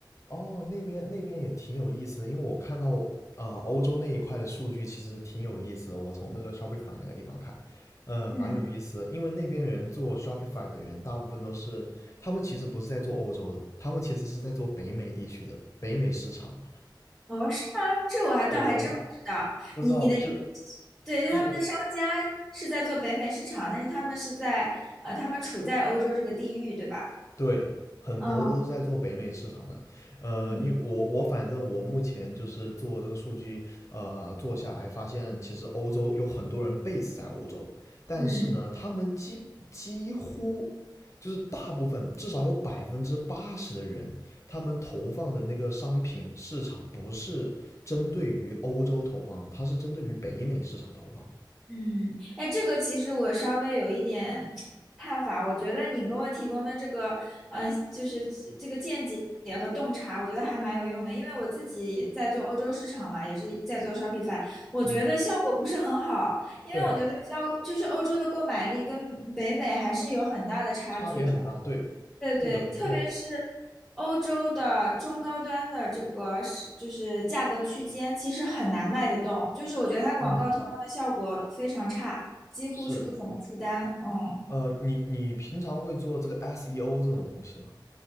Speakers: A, on the left (about 40°); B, in the centre.
A: 哦，那边那边也挺有意思的，因为我看到呃欧洲那一块的数据其实挺有意思的，我从那个 Shopify 那个地方看，呃，
B: 嗯，
A: 蛮有意思的，因为那边人做 Shopify 的人大部分都是，他们其实不是在做欧洲的，他们其实是在做北美地区的北美市场的
B: 哦，是吗？这我还倒还真不知道，
A: 对，我不知道就
B: 你你的意思，对，就他们的商家是在做北美市场，
A: 就是
B: 但是他们是在呃，他们处在欧洲这个地域，对吧？
A: 对，很多都是在做北美市场的。
B: 嗯
A: 呃，
B: 嗯
A: 因为我我反正我目前就是做这个数据，呃，做下来发现，其实欧洲有很多人 base 在欧洲，但是呢，
B: 嗯
A: 他们几几乎就是大部分，至少有百分之八十的人，他们投放的那个商品市场不是针对于欧洲投放的它是针对于北美市场投放的
B: 嗯，哎，这个其实我稍微有一点看法，我觉得你给我提供的这个，呃，就是这个见解和洞察，我觉得还蛮有用的，因为我自己也在做欧洲市场嘛，也是在做 Shopify，我觉得效果不是很好，
A: 嗯，
B: 因为我觉得消就是欧洲的购买力跟北美还是有很大的差距的。
A: 对，差别很大，对，
B: 对对，
A: 对的，没错。
B: 特别是欧洲的中高端的这个是就是价格区间，其实很难卖得动。就是我觉得它广告投放的效果非常差，
A: 嗯，
B: 几乎是不怎么出单。
A: 是。
B: 嗯，
A: 呃，你你平常会做这个 SEO 这种东西吗？